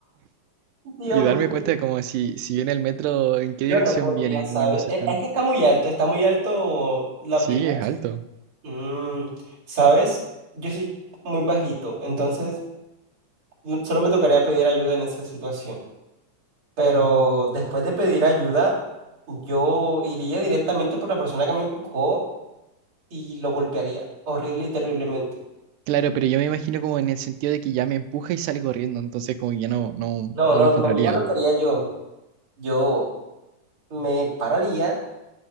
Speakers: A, on the right; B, on the right.
A: Dios
B: y darme
A: mío.
B: cuenta de como si, si viene el metro, en qué
A: Yo
B: dirección
A: no podría,
B: viene,
A: ¿sabes?
B: como el más cercano.
A: E- Es que está muy alto, está muy alto las
B: Sí,
A: vías.
B: es alto.
A: Mm, ¿sabes? Yo soy muy bajito, entonces mm, solo me tocaría pedir ayuda en esa situación. Pero después de pedir ayuda, yo iría directamente por la persona que me empujó y lo golpearía horrible y terriblemente.
B: Claro, pero yo me imagino como en el sentido de que ya me empuja y sale corriendo, entonces como que ya no, no,
A: No,
B: no
A: no,
B: lo encontraría.
A: no, mira lo que haría yo. Yo me pararía,